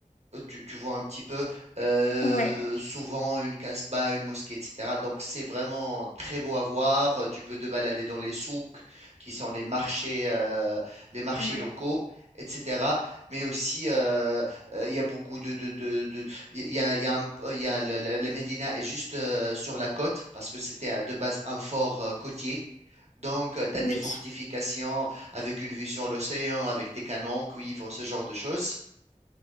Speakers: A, on the right (about 55°); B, on the left (about 65°).
A: euh, Tu, tu vois un petit peu euh,
B: ouais,
A: souvent une casbah, une mosquée, etc. Donc c'est vraiment très beau à voir. Euh, Tu peux te balader dans les souks, qui sont les marchés, euh, les marchés
B: ouais,
A: locaux, etc. Mais aussi, euh, euh, il y a beaucoup de... de, de- de- il y a, il y a un- il y a le- le- la Médina est juste euh, sur la côte, parce que c'était euh, de base un fort euh, côtier. Donc, tu as
B: oui,
A: des fortifications avec une vue sur l'océan, avec des canons, cuivre, ce genre de choses.